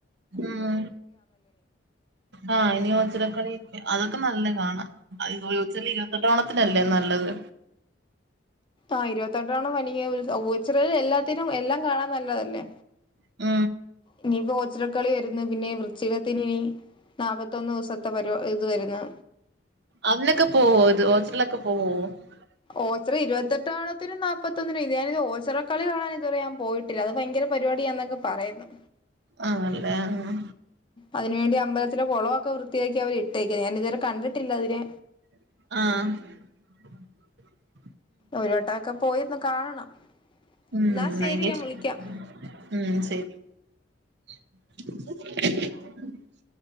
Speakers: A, on the right (about 60°); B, on the left (about 25°).
A: ആ ആ ഇനി ഓച്ചിറക്കളി അതൊക്കെ നല്ലതാണ് <unintelligible> ച്ചാല് ഇരുപത്തെട്ടാം ഓണത്തിനല് ലെ നല്ലത്
B: ആ ഇരുപത്തിയെട്ടാം ഓണം വലിയ ഒരു സ് ഓച്ചിറയിലെ എല്ലാത്തിനും എല്ലാം കാണാൻ നല്ലയല്ലേ
A: ആ
B: ഇനിയിപ്പോ ഓച്ചിറ കളി വരുന്നു പിന്നെ വൃശ്ചിക ല്ലി നാപ്പത്തൊന്ന് ദിവസത്തെ പരു ഇത് വരുന്നു
A: അതിനൊക്കെ പോവോ ഇത് <unintelligible>
B: ഓച്ചിറ ഇരുപത്തെട്ടാം ഓണത്തിനും നാപ്പത്തിയൊന്നിനും ഇതേവരെ ഞാൻ പോയിട്ടില്ല അത് ഭയങ്കര പരുപാടിയാന്നൊക്കെ പറയ്ന്ന്.
A: ആ അല്ലേ ആ
B: അതിനു വേണ്ടി അമ്പലത്തിലെ കുളമൊക്കെ വൃത്തിയാക്കിയി അവരിട്ടേക്കുന്നു ഞാൻ ഇതുവരെ കണ്ടിട്ടില്ല അതിനെ
A: <inaudible> <inaudible>
B: ഒരുവെട്ടക്കെ പോയി കാണണം
A: മ്ം
B: എന്നാ ശരി
A: ഭയ
B: ഞാൻ
A: <unintelligible>
B: വിളിക്കാം
A: മ് ശരി <inaudible>